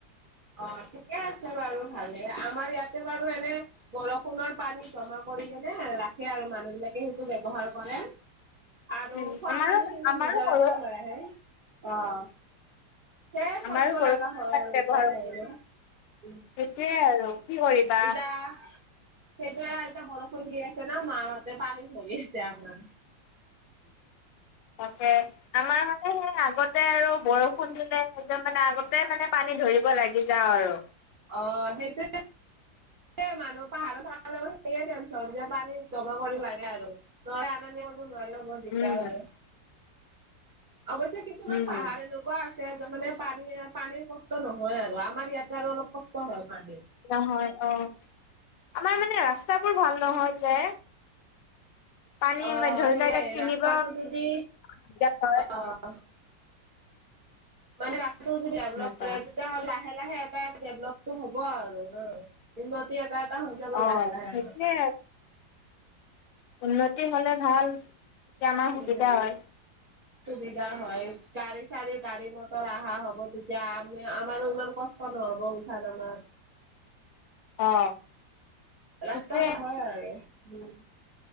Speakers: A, on the right; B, on the left.
A: অ ঠিকে আছে বাৰু ভালে আমাৰ ইয়াতে বাৰু এনে বৰষুণৰ পানী জমা। কৰি কিনে ৰাখে আৰু মানুহ বিলাকে সেইটো ব্যৱহাৰ কৰে। আৰু
B: উম
A: খোৱাপানী
B: আমাৰো
A: খিনি
B: আমাৰো
A: নিজৰা
B: ঘৰৰ
A: পৰা লৈ আহে অহ। ধেৰ
B: আমাৰো
A: কৰিব
B: বৰষুণৰ
A: লগা হয়
B: পানী
A: আৰু
B: ব্যৱহাৰ
A: উপায় নাই
B: কৰোঁ
A: নে উ।
B: সেইটোৱে আৰু কি কৰিবা
A: ইতা। সেইটোৱে এতিয়া বৰষুণ দি আছে ন মাহঁতে পানী ধৰি আছে আমাৰ
B: তাকে আমাৰ। সেই আগতে আৰু বৰষুণ দিলে একদম মানে আগতে মানে পানী ধৰিব লাগি যাওঁ আৰু
A: অ সেইটোয়ে। স মানুহ পাহাৰ চ সেে টেনশন যে পানী জমা কৰিম লাগে আৰু ন। বহুত নোৱাৰিল বহুত দিগদাৰ
B: উম
A: আৰু অৱশ্যে কিছুমান
B: উম
A: পাহাৰ এনেকুৱা আছে। মানে পানী পানীৰ কষ্ট নহয় আৰু আমাৰ ইয়াতে আৰু অলপ কষ্ট হয়। পানীৰ।
B: নহয় অহ। আমাৰ মানে ৰাস্তাবোৰ ভাল নহয় যে। পানী
A: অ
B: ধৰি লোৱা
A: সেইয়াই
B: এতিয়া কিনিব
A: ৰাস্তটো যদি
B: দিগদাৰ হয়
A: অহ। মানে ৰাস্তটো যদি। দেভেলোঁ
B: সেনেকুৱা
A: মানে তেতিয়া হলে। লাহে লাহে এটা ডেভলমেন্ট হ'ব আৰু ন উন্নতি এটা ত হৈ যাব
B: অ
A: লাহে লাহে
B: সেইটোৱে
A: আৰু
B: উন্নতি হ'লে ভাল এতিয়া আমাৰ সুবিধা
A: উম।
B: হয়।
A: সুবিধা হয় গাড়ী চাৰি গাড়ী মটৰ অহা হ'ব তেতিয়া আমি আমাৰো ইমান কষ্ট অৱশেষত আমাৰ
B: অ
A: ৰাস্তা
B: সেইটোৱে
A: নহয় আৰু উ